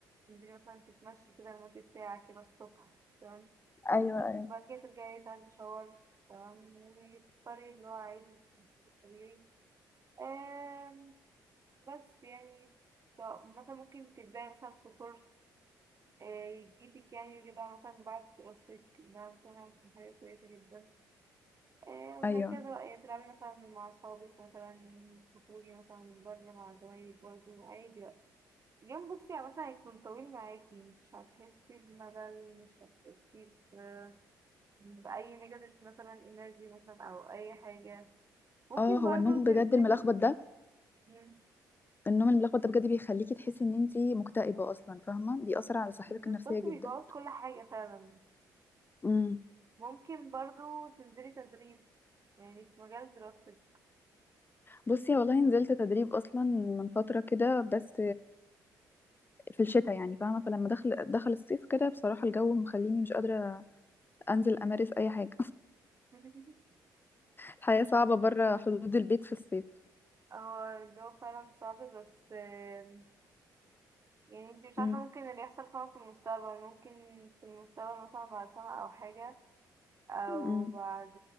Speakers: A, on the right (about 35°); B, on the left (about 25°).
A: تنزلي مثلا تتمشي كده لمدة ساعة كده الصبح تمام
B: ايوه ايوه
A: بعد كده ترجعي تاخدي شاور تمام وتفطري اللي هو عادي الطبيعي آم، بس يعني طب مثلا ممكن تبدأي مثلا في كورس آه، يفيدك يعني كده مثلا بعد دراستك إنها مثلا هتكون حاجة كويسة جدا آه، وهكذا
B: ايوه
A: بقى يعني تلعبي مثلا مع أصحابك مثلا تخرجي مثلا بره مع زمايلك برضه عادي بقى. اليوم بصي عامة هيكون طويل معاكي مش هتحسي بملل مش هتحسي ب- بأي نيجاتيف مثلا انرجي مثلا أو أي حاجة ممكن
B: اه هو
A: برضو
B: النوم بجد
A: تنزلي
B: الملخبط ده
A: مم.
B: النوم الملخبط ده بجد بيخليكي تحسي ان انتي مكتئبه اصلا فاهمه بيأثر على صحتك
A: بالظبط
B: النفسيه جدا
A: بيبوظ كل حاجة فعلا
B: امم
A: ممكن برضو تنزلي تدريب يعني في مجال دراستك
B: بصي والله نزلت تدريب اصلا من فتره كده بس في الشتاء يعني فاهمه فلما دخل دخل الصيف كده بصراحه الجو مخليني مش قادره انزل امارس اي حاجه
A: <laughs>
B: الحياة صعبة بره حدود البيت في الصيف
A: اه الجو فعلا صعب بس آم، يعني انتي مش
B: مم.
A: عارفة ممكن اللي يحصل فعلا في المستقبل ممكن في المستقبل مثلا بعد سنة أو حاجة او
B: مم.
A: بعد